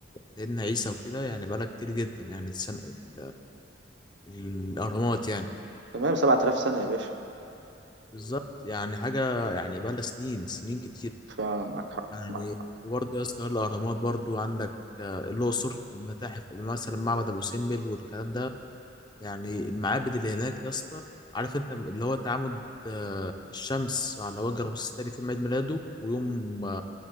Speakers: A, on the left (about 25°); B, on the right (about 70°).
A: سيدنا عيسى وكده يعني بقالها كتير جدا يعني السنة ال- الاهرامات يعني
B: تمام 7000 سنة يا باشا
A: بالظبط يعني حاجة يعني بقالها سنين سنين كتير
B: فعلا معاك حق
A: يعني
B: معاك حق
A: وبرضه يا اسطى غير الاهرامات برضه عندك آه، الاقصر المتاحف مثلا معبد ابو سمبل والكلام ده يعني المعابد اللي هناك يا اسطى عارف انت اللي هو تعامد آه، الشمس على وجه رمسيس الثاني في يوم عيد ميلاده ويوم آه،